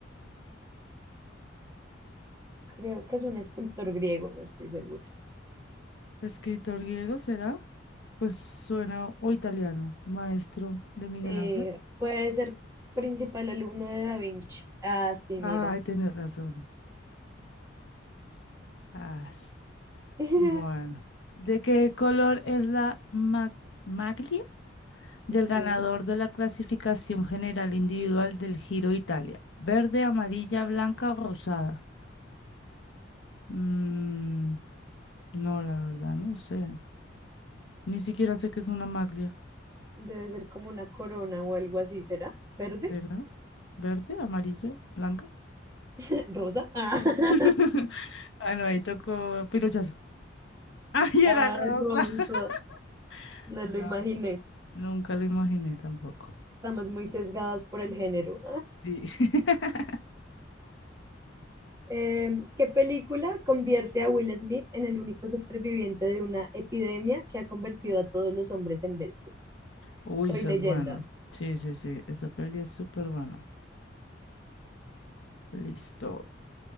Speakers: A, on the right; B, on the left.
A: Creo que es un escultor griego, no estoy segura.
B: ¿Escritor griego será? Pues suena o italiano, maestro de Miguel
A: Sí,
B: Ángel.
A: puede ser principal alumno de Da Vinci. Ah, sí,
B: Ay,
A: mira.
B: tienes razón. Ah,
A: <laughs>
B: bueno. ¿De qué color es la mag- maglia? del
A: Ujú.
B: ganador de la clasificación general individual del Giro de Italia. Verde, amarilla, blanca o rosada. Mm, no, la verdad, no sé. Ni siquiera sé qué es una maglia,
A: Debe ser como una corona o algo así, ¿será? ¿Verde?
B: ¿verdad? Verde, amarilla, blanca.
A: <laughs> ¿Rosa? Ah,
B: <laughs>
A: <laughs>
B: Ah, no, ahí tocó pirochazo. <laughs> ¡Ay,
A: Ah,
B: era rosa!
A: rosa.
B: <laughs>
A: No
B: No,
A: lo imaginé.
B: nunca lo imaginé tampoco.
A: Estamos muy sesgadas por el género.
B: Sí. <laughs>
A: Eh, ¿qué película convierte a Will Smith en el único superviviente de una epidemia que ha convertido a todos los hombres en bestias?
B: Uy,
A: Soy
B: esa
A: leyenda.
B: es buena. Sí, sí, sí. Esa peli es súper buena. Listo.